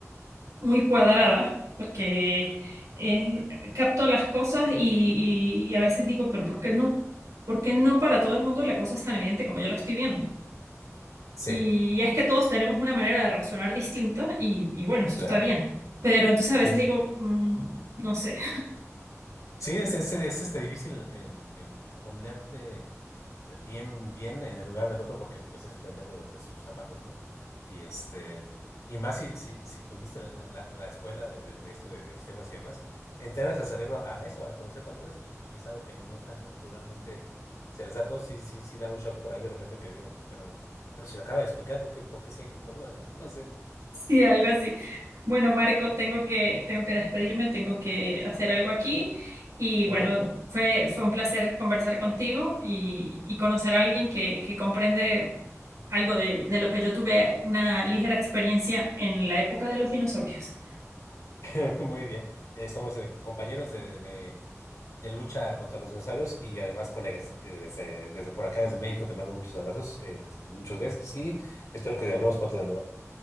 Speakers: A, on the right; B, on the left.
A: muy cuadrada, porque eh, capto las cosas y, y- y a veces digo, pero ¿por qué no, por qué no para todo el mundo la cosa es tan evidente como yo la estoy viendo?
B: Sí,
A: Y es que todos tenemos una manera de razonar distinta y, y bueno, eso
B: claro.
A: está bien. Pero entonces a
B: Sí,
A: veces
B: es-
A: digo, mm, no sé.
B: sí es, es, es, este, difícil el, el ponerte bien, bien en el lugar del otro porque pues es entenderlo desde sus zapatos, ¿no? Y este, y más si, si, si tuviste la, la, la- la escuela de, de, de esto de, de sistemas y demás, entrenas al cerebro a eso, a reconocer patrones y, y es algo que no tan naturalmente se les da a todos. Sí, sí, sí da un shock por ahí de repente que digan, pero, pero si lo acaba de explicar, ¿por qué, por qué siguen teniendo dudas, ¿no? <laughs> No sé.
A: Sí, algo así. Bueno, Marco, tengo que, tengo que despedirme, tengo que hacer algo aquí. Y bueno,
B: Muy bien,
A: fue, fue un placer conversar contigo y, y conocer a alguien que, que comprende algo de, de lo que yo tuve una ligera experiencia en la época de los dinosaurios.
B: <laughs> muy bien. Eh, somos eh, compañeros de, de- de lucha contra los dinosaurios y además colegas. Eh, desde, desde por acá, desde México, te mando muchos abrazos, eh, muchos besos y espero que hablemos pronto de nuevo.